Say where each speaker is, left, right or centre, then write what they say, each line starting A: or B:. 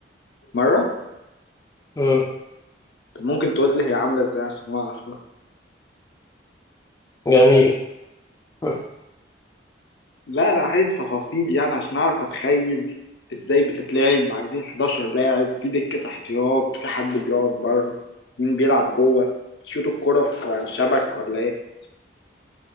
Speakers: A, on the left; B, on the left.
A: مرة
B: مم.
A: طب ممكن تقول لي هي عاملة ازاي عشان اعرفها
B: جميل مم.
A: لا انا عايز تفاصيل يعني عشان اعرف اتخيل ازاي بتتلعب عايزين 11 لاعب في دكة احتياط في حد بيقعد بره مين بيلعب جوه شوط الكرة في شبك ولا ايه